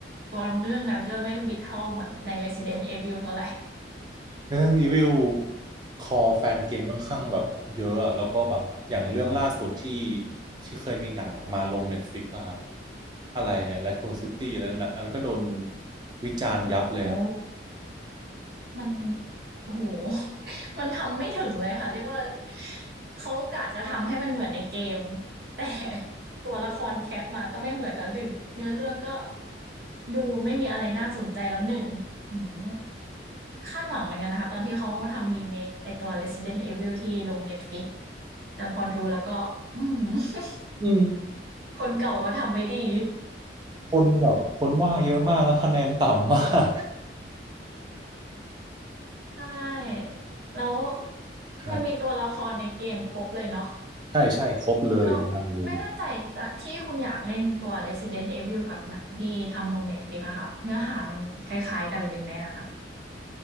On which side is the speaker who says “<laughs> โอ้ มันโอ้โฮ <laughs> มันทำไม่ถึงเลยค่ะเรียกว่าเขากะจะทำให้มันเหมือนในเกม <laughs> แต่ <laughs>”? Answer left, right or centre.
Right